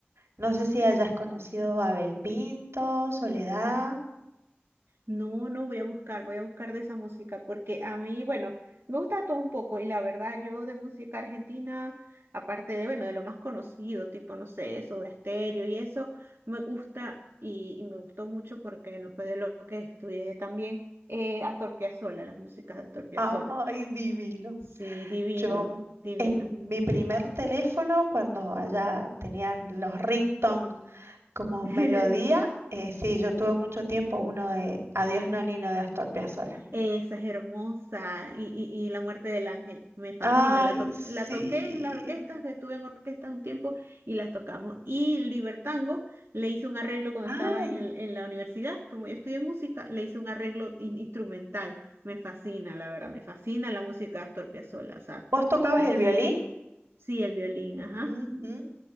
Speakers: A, on the right; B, on the right.
A: No sé si hayas conocido a Abel Pinto, Soledad,
B: No, no, voy a buscar, voy a buscar de esa música, porque a mí, bueno, me gusta todo un poco y la verdad yo de música argentina, aparte de, bueno, de lo más conocido, tipo, no sé, eso de estéreo y eso, me gusta y, y me gustó mucho porque no fue de lo que estudié también, eh, Astor Piazzolla, las músicas de Astor Piazzolla.
A: ay, divino.
B: Sí, divino,
A: Yo
B: divino.
A: en mi primer teléfono, cuando allá tenían los ringtone como
B: <laughs>
A: melodía, eh, sí, yo tuve mucho tiempo uno de Adiós Nonino de Astor Piazzolla.
B: Esa es hermosa. Y, y, y La muerte del ángel. Me fascina.
A: Ay,
B: La, to-
A: sí.
B: la toqué en las orquestas, que estuve en orquestas un tiempo y las tocamos. Y Libertango le hice un arreglo cuando
A: Ay,
B: estaba en, el- en la universidad. Como yo estudié música, le hice un arreglo in- instrumental. Me fascina, la verdad. Me fascina la música de Astor Piazzolla. O sea,
A: ¿Vos tocabas
B: es,
A: el violín?
B: sí, el violín, ajá.
A: Ujú.